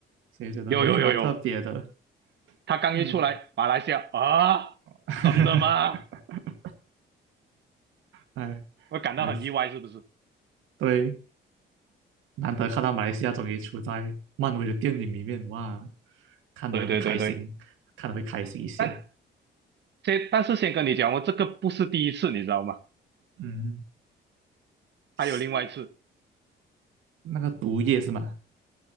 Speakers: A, on the right; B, on the right.
A: 所以觉得诶蛮特别的，
B: 有有有有，他刚一出来，
A: 嗯，
B: 马来西亚啊，
A: <laughs>
B: 真的吗？
A: 哎，
B: 我感到很意外，
A: 还是
B: 是不是？
A: 对，难得看到马来西亚终于出在漫威的电影里面，哇，看的会开心，
B: 对对对对，
A: 看的会开心一下，
B: 但先但是先跟你讲，我这个不是第一次，你知道吗？
A: 嗯，
B: 还有另外一次，
A: 是那个毒液是吗？